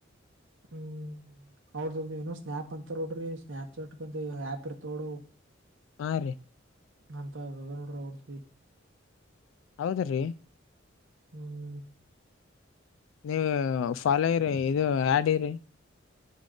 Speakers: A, on the right; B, on the left.
A: ಹ್ಮ. ಹೌದೌದು ಏನೋ ಸ್ನ್ಯಾಪ್ ಹಾಕ್ತಾರ ನೋಡ್ರಿ ಸ್ನ್ಯಪ್ ಚಾಟ್ಂತ ಆ್ಯಪ್ ಇರ್ತೋಡು.
B: ಹಾರಿ.
A: ಅಂತ ಅದ ನೋಡ್ರ ಅವರ್ಸ
B: ಹೌದ್ರೀ.
A: ಹ್ಮ.
B: ನೀವ ಫಾಲೋ ಇರಿ ಇದು ಆಡಿರಿ.